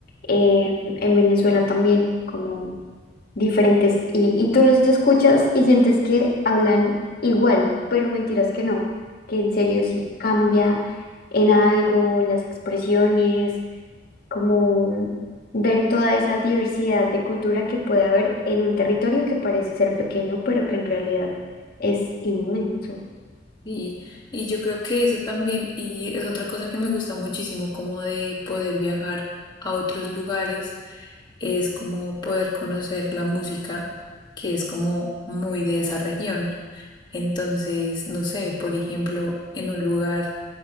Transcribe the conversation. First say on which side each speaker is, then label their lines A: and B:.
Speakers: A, on the left; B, on the left.
A: eh, en Venezuela también, como diferentes, y, y tú los escuchas y sientes que hablan igual, pero mentiras que no, que en serio sí cambia en algo las expresiones como ver toda esa diversidad de cultura que puede haber en un territorio que parece ser pequeño, pero que en realidad es inmenso.
B: Y, y yo creo que eso también, y es otra cosa que me gusta muchísimo, como de poder viajar a otros lugares, es como poder conocer la música, que es como muy de esa región. Entonces, no sé, por ejemplo, en un lugar